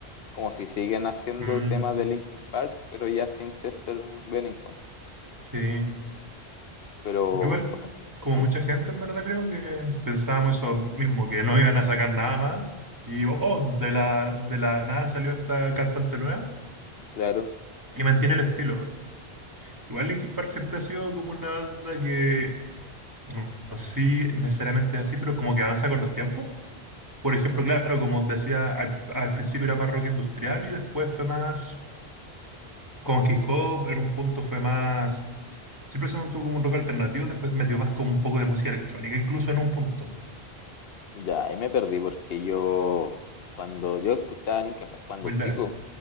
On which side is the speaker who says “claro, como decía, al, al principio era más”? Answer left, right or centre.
Right